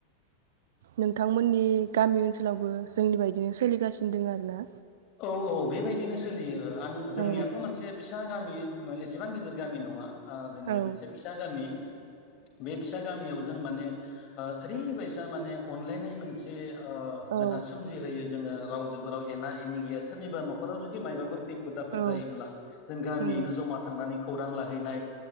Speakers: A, on the right (about 60°); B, on the left (about 40°).
A: नोंथांमोननि गामि ओनसोलावबो जोंनि बायदिनो सोलिगासिनो दों आरोना।
B: औ औ बेबायदिनो सोलियो आं जोंनियाथ
A: औ
B: मोनसे फिसा गामि एसेबां गिदिर गामि नंङा। ओ‌ जोंनिया
A: औ
B: मोनसे फिसा गामि बे फिसा गामियाव जों माने ओ ओरैबायसा माने अनलायनाय मोनसे ओ जोंहा
A: औ
B: सोमजिहोयो जोंङो रावजोबो राव एना एनि गैया सोरनिबा नखराव जुदि मायबाफोर खै फोद आफोद
A: औ
B: जायोब्ला जों गामियैनो
A: नंगौ
B: जमा थांनानै खौरां लाहैनाय